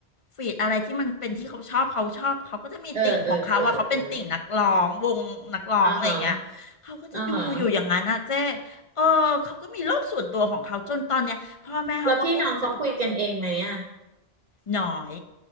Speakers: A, on the left (about 45°); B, on the right (about 45°).
A: ฟีดอะไรที่มันเป็นที่เขาชอบเขาชอบเขาก็จะมีติ่งของเขาว่าเขาเป็นติ่งนักร้องวงนักร้องอะไรอย่างเงี้ยเขาก็จะดูอยู่อย่างนั้นนะเจ้
B: เออเออเออเอออ่าฮะอ่าฮะ
A: เออเขาก็มีโลกส่วนตัวของเขาจนตอนเนี้ย พ่อแม่เขาก็กุ้มใจ
B: แล้วพี่น้องเขาคุยกันเองไหมอ่ะ
A: หน้อย